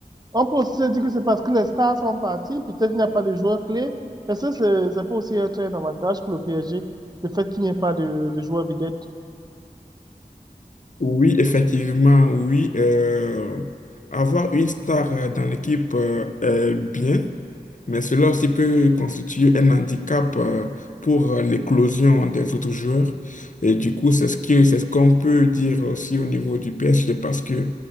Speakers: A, on the right (about 25°); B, on the left (about 55°).
A: on peut aussi se dire que c'est parce que les stars sont partis, peut-être il n'y a pas de joueurs clés. Est-ce que c'est c'est pas aussi un très avantage pour le PSG, le fait qu'il n'y ait pas de, de joueurs vedettes?
B: Oui, effectivement, oui. Euh, avoir une star euh, dans l'équipe euh, est bien, mais cela aussi peut constituer un handicap euh, pour euh, l'éclosion des autres joueurs. Et du coup, c'est ce que, c'est ce qu'on peut dire aussi au niveau du PSG parce que